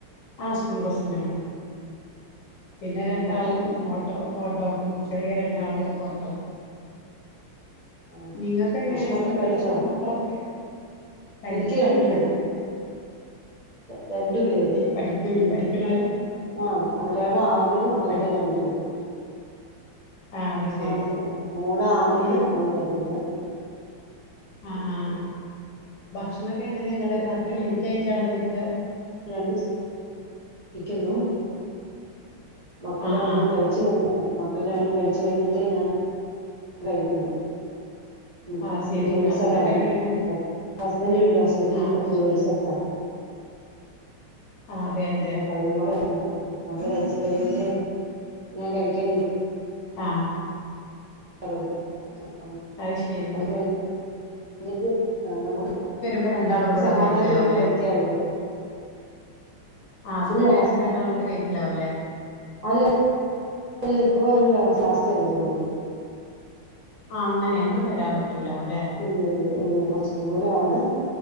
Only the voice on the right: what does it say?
ഭക്ഷ
ആ
ഭക്ഷണൊക്കെ
കഴിച്ചോ
എനിക്ക് രണ്ടു പേര് രണ്ടു പേര്
ഉം
ഉം ആഹ് ഒരാള് ആറിലും
ഒരാള്
രണ്ടിലും
ആറില് ഉം മോള് ആറില്
മോൻ രണ്ടില്
രണ്ടുസ് ക്കുന്നു മക്കള്
രണ്ടെണ്ണോം
കഴിച്ചു കഴിഞ്ഞതാ മക്കള് എല്ലാരും കഴിച്ചു കഴിഞ്ഞിട്ടെ ഞാൻ- കഴിക്കുന്നേ ഉം
ഹസ്ബൻഡ്
ജോലി
സ്ഥലമാണ്
ഹസ്ബൻഡ ഹസ്ബന്ഡ
ഇപ്പറത് ജോലി സ്ഥല- ആഹ്
അപ്പൊ അതൊന്ന <unintelligible> അൊക്ക <unintelligible> കഴച്ച് കഴിഞ്ഞിട്ട് ഞാൻ കഴിക്കാന
അത്രേയുള്ളു അപ്പം
കഴിഞ്ഞ- എക്ക് ആ നമുക്ക്
സമാധാനത്തോടെ
കഴിക്കാലോ
ഇല്ല
അല്ലെ അല്ല ഇപ്പൊ ഒരു രഹസാസ്ഥ്യേ വരുള്ളു
ഇല്ല ഇല്ല ഇല്ല കൊറച്ച് ദൂരാണ്